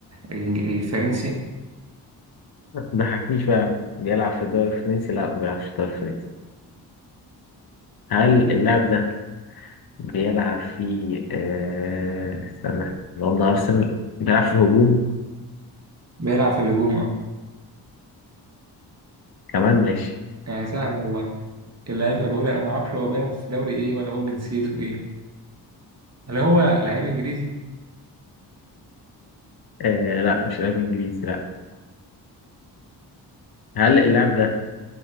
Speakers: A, on the right (about 40°); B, on the left (about 60°).
A: الإنج- الفرنسي
B: ما تضحكنيش بقى يا عم بيلعب في الدوري الفرنسي؟ لا ما بيلعبش في الدوري الفرنسي هل اللاعب ده بيلعب في آه... استنى إحنا قلنا أرسنال بيلعب في الهجوم
A: بيلعب في الهجوم اه
B: كمان ماشي
A: يعني سهل والله اللاعب ضروري انا ما اعرفش هو بيلعب في دوري ايه ولا هو جنسيته ايه هل هو لعيب انجليزي
B: آه... لا مش لاعب إنجليزي لا هل اللاعب ده